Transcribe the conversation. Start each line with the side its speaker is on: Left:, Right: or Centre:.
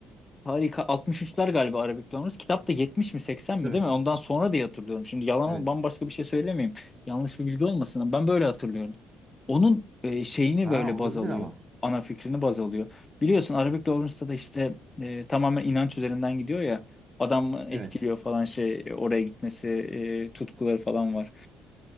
Left: Harika. altmış üçler galiba Arabic Learners. Kitap da 70 mi 80 mi
Right: Değil
Left: değil
Right: mi?
Left: mi? Ondan sonra diye hatırlıyorum. Şimdi yalan
Right: Evet.
Left: bambaşka bir şey söylemeyeyim. Yanlış bir bilgi olmasın. ama Ben böyle hatırlıyorum. Onun e, şeyini
Right: Ha
Left: böyle
Right: olabilir
Left: baz alıyor.
Right: ama.
Left: Ana fikrini baz alıyor. Biliyorsun Arabic Lawrence'da da işte e, tamamen inanç üzerinden gidiyor ya. Adam etkiliyor
Right: Evet.
Left: falan şey e, oraya gitmesi e, tutkuları falan var.